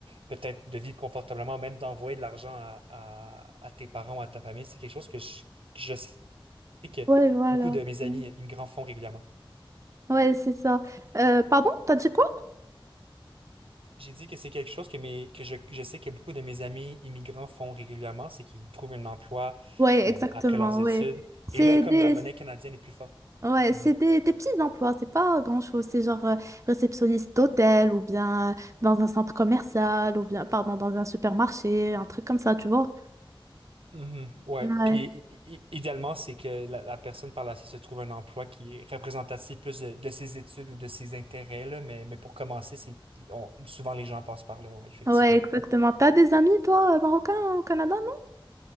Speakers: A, on the right; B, on the right.
A: peut-être de vivre confortablement, même d'envoyer de l'argent à, à- à tes parents ou à ta famille, c'est quelque chose que je, que je sais que
B: Ouais, voilà.
A: beaucoup de mes
B: Mm.
A: amis immigrants font régulièrement.
B: ouais, c'est ça. Euh, pardon, t'as dit quoi?
A: J'ai dit que c'est quelque chose que, mes, que je, je sais que beaucoup de mes amis immigrants font régulièrement, c'est qu'ils trouvent un emploi
B: Ouais,
A: euh,
B: exactement,
A: après leurs études.
B: ouais. C'est
A: Et là, comme
B: des...
A: la monnaie canadienne est plus forte.
B: Ouais,
A: Mm-hmm.
B: c'est des, des petits emplois, c'est pas grand-chose. C'est genre euh, réceptionniste d'hôtel ou bien dans un centre commercial ou bien, pardon, dans un supermarché, un truc comme ça, tu vois.
A: Mhm, ouais.
B: Ouais.
A: Puis i- i- i- idéalement, c'est que la, la personne par la suite se trouve un emploi qui est représentatif plus de, de ses études ou de ses intérêts, là, mais, mais pour commencer, c'est on- souvent les gens passent par là, ouais, effectivement.
B: Ouais, exactement. T'as des amis, toi, euh, marocains hein, au Canada, non?